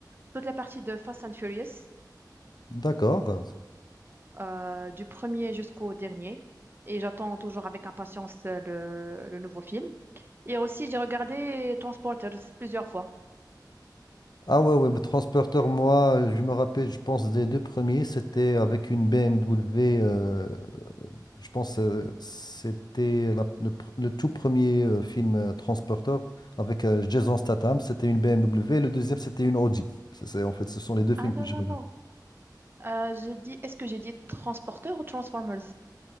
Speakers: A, on the right (about 30°); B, on the left (about 65°).
A: toutes les parties de Fast and Furious,
B: d'accord.
A: euh, du premier jusqu'au dernier. Et j'attends toujours avec impatience euh, le, le nouveau film. Et aussi, j'ai regardé Transporters plusieurs fois.
B: Ah ouais, ouais, mais transporteur, moi, je me rappelle, je pense, des deux premiers, c'était avec une BMW, euh, je pense, euh, c'était la- le, pr- le tout premier euh, film euh, Transporteur avec euh, Jason Statham, c'était une BMW, le deuxième, c'était une Audi. C'est, c'est- en fait, ce sont les deux films
A: Ah non,
B: que je
A: non,
B: regarde.
A: non. Euh, j'ai dit, est-ce que j'ai dit Transporters ou Transformers?